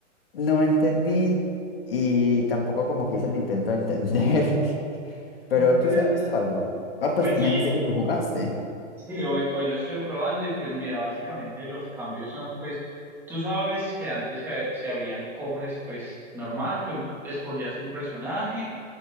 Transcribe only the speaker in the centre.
No, mira,
pues sí.
Sí, hoy, hoy lo estuve probando y pues mira, básicamente los cambios son pues, tú sabes que antes se, a- se abrían cofres pues normal, tú empe- escogías un personaje